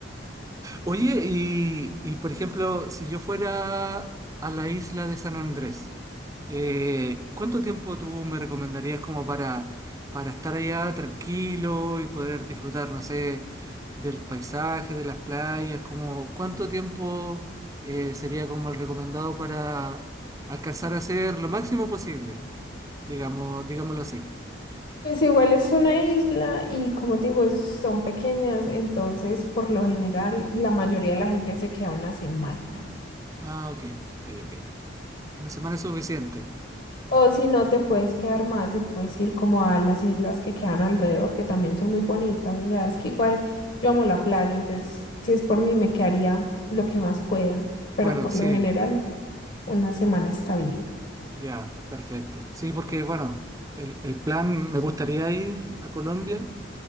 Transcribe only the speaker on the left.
Pues igual es una isla y como te digo, es- son pequeñas, entonces por lo general la mayoría de la gente se queda una semana.
O si no, te puedes quedar más y puedes ir como a las islas que quedan alrededor, que también son muy bonitas. O sea, es que igual yo amo la playa, entonces si es por mí me quedaría lo que más pueda, pero
por
lo general una semana está bien.